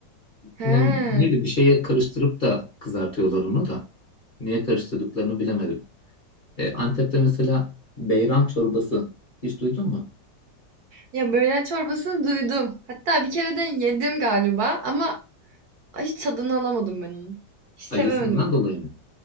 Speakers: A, on the right; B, on the left.
A: He.
B: Ne, neyle bir şeye karıştırıp da kızartıyorlar onu da. Niye karıştırdıklarını bilemedim. E, Antep'te mesela beyran çorbası hiç duydun mu?
A: Ya böğren çorbasını duydum. Hatta bir kere de yedim galiba ama hiç tadını alamadım ben onun. Hiç sevemedim.
B: Acısından
A: ya.
B: dolayı mı?